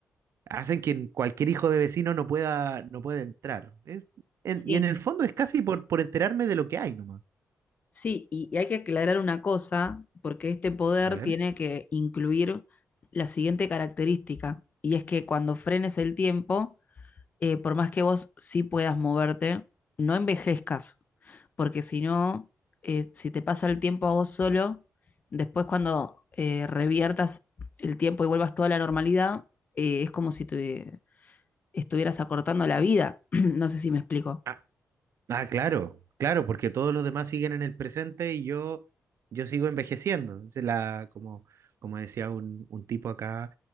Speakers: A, on the right; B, on the left.
A: hacen que cualquier hijo de vecino no pueda, no pueda entrar. Es- en-
B: Sí,
A: y en el fondo es casi por, por enterarme de lo que hay nomás.
B: sí, y, y hay que aclarar una cosa, porque este poder
A: A ver.
B: tiene que incluir la siguiente característica, y es que cuando frenes el tiempo, eh, por más que vos sí puedas moverte, no envejezcas, porque si no, eh, si te pasa el tiempo a vos solo, después cuando eh, reviertas el tiempo y vuelvas toda la normalidad, eh, es como si te estuvieras acortando la vida. <clears throat> No sé si me explico.
A: Ah, Ah, claro, claro, porque todos los demás siguen en el presente y yo, yo sigo envejeciendo. Esa es la, como, como decía un, un tipo acá,